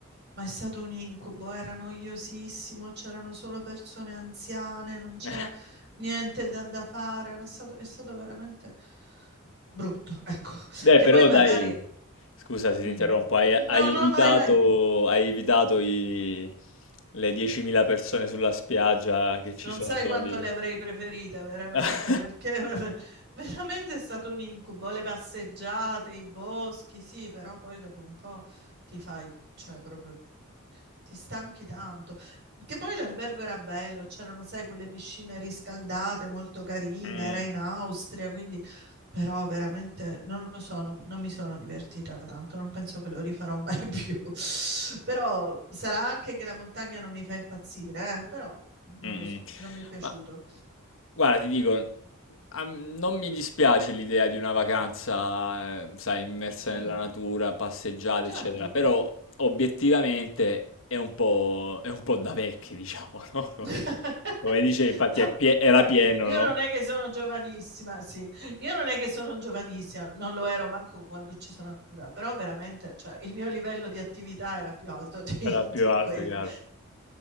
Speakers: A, on the right (about 50°); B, on the left (about 65°).
A: ma è stato un incubo, era noiosissimo, c'erano solo persone anziane, non c'era
B: <laughs>
A: niente da, da fare, era stato, è stato veramente brutto, ecco,
B: Beh,
A: che
B: però
A: poi magari...
B: dai, scusa se
A: mm,
B: ti interrompo, hai,
A: No,
B: hai
A: no,
B: evitato,
A: vai, vai.
B: hai evitato i- le 10.000 persone sulla spiaggia che ci
A: Non
B: sono
A: sai
B: soli.
A: quanto le avrei preferite, veramente,
B: <laughs>
A: perché <laughs> veramente è stato un incubo. Le passeggiate, i boschi, sì, però poi dopo un po' ti fai, cioè proprio ti stanchi tanto. Che poi l'albergo era bello, c'erano, sai, quelle piscine riscaldate molto carine,
B: Mm,
A: era in Austria, quindi Però veramente non lo so, non, non mi sono divertita tanto, non penso che lo rifarò mai <laughs> più. Però sarà anche che la montagna non mi fa impazzire, eh, Però non
B: mm,
A: lo so,
B: mm.
A: non mi è piaciuto.
B: Ma guarda, ti dico, a- non mi dispiace l'idea di una vacanza, eh, sai, immersa
A: Mm,
B: nella natura, passeggiate,
A: certo.
B: eccetera, però obiettivamente è un po', è un po' da vecchi, diciamo, no?
A: <laughs>
B: <laughs> Come, come dice, infatti è pie- era
A: Vabbè,
B: pieno,
A: io
B: no?
A: non è che sono giovanissima, sì, io non è che sono giovanissima, non lo ero manco quando ci sono andata, però veramente, cioè, il mio livello di attività era più alto di,
B: Era più
A: <laughs> di
B: alto,
A: quello.
B: chiaro.